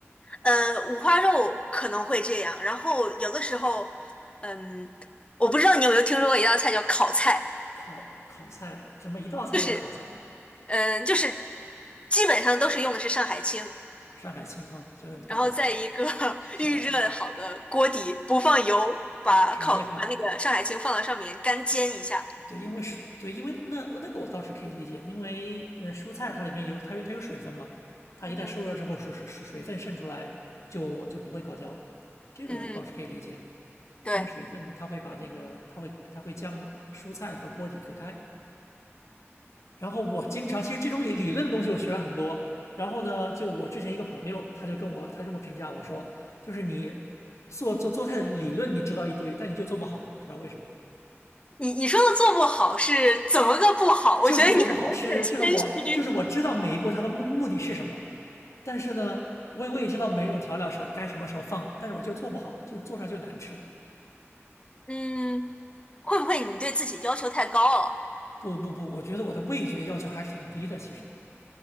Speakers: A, on the left; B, on the left.
A: 呃，五花肉可能会这样，然后有的时候，嗯，我不知道你有没有听说过一道菜叫烤菜，
B: 烤烤菜，什么一道菜叫烤菜？
A: 就是，嗯，就是基本上都是用的是上海青，
B: 上海青啊，就那种大白菜、
A: 然后在一个 <laughs>
B: 小白菜，
A: 预热好的锅底，不放油，把烤把那个上海青放到上面干煎一下。
B: 直接烤。对，因为是，对，因为那那个我倒是可以理解，因为因为蔬菜它里面有它有它有水分嘛，它一旦受热之后水水水水分渗出来就就不会烤焦，
A: 嗯哼，
B: 这个我倒是可以理解，
A: 嗯哼，对，
B: 因为水分它会把那个它会它会将蔬菜和锅底隔开。然后我经常，其实这种理理论的东西我学了很多。然后呢，就我之前一个朋友，他就跟我他这么评价我说，就是你做做做菜的理论你知道一堆，但你就做不好，不知道为什么，
A: 你你说的做不好是怎么个不好？
B: 就是做不好吃。
A: 我觉得你可能是个谦虚。
B: 就是我就是我知道每一步它的目目的是什么，但是呢，我也我也知道每一种调料是该什么时候放，但是我就做不好，就做出来就难吃。
A: 嗯，会不会你对自己要求太高了？
B: 不不不，我觉得我的味觉要求还是挺低的，其实，